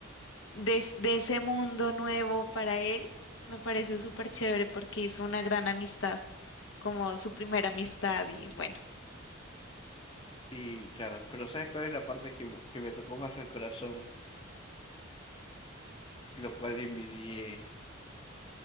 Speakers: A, on the left; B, on the left.
A: de, es- de ese mundo nuevo para él, me parece súper chévere porque hizo una gran amistad, como su primera amistad y bueno,
B: Y claro, pero ¿sabes cuál es la parte que, m- que me tocó más al corazón? lo cual envidié